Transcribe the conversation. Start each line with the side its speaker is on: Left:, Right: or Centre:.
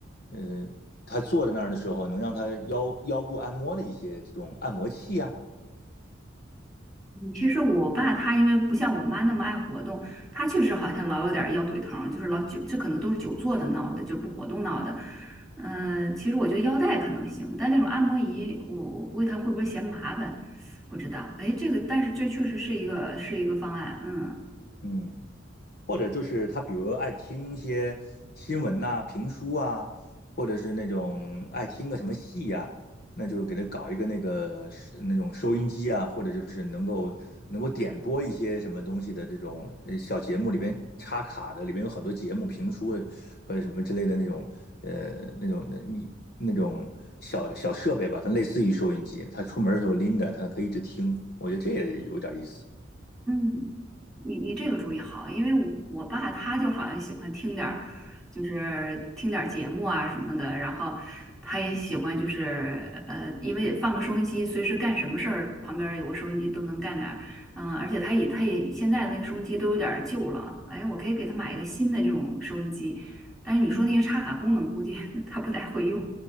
Left: 呃他坐在那儿的时候能让他腰腰部按摩的一些这种按摩器啊，
Centre: 其实我爸他因为不像我妈那么爱活动，他确实好像老有点儿腰腿疼，就是老久，这可能都是久坐的闹的，就是不活动闹的。嗯，其实我觉得腰带可能行，但那种按摩仪，我我估计他会不会嫌麻烦，不知道。哎，这个但是这确实是一个是一个方案，嗯。
Left: 嗯。或者就是他比如爱听一些新闻呐、评书啊，或者是那种爱听个什么戏呀、那就给他搞一个那个是那种收音机啊，或者就是能够能够点播一些什么东西的这种呃小节目，里边插卡的，里边有很多节目、评书或者什么之类的那种呃那种的你那种小小设备吧，反正类似于收音机，他出门的时候拎着，他可以一直听，我觉得这也有点意思。
Centre: 嗯，你你这个主意好，因为我我爸他就好像喜欢听点儿，就是听点儿节目啊什么的，然后他也喜欢就是呃，因为放个收音机，随时干什么事儿旁边儿有个收音机都能干点儿，嗯、而且他也他也现在的那个收音机都有点儿旧了，哎，我可以给他买一个新的这种收音机，但是你说那些插卡功能估计
Left: 嗯，
Centre: <laughs> 他不太会用，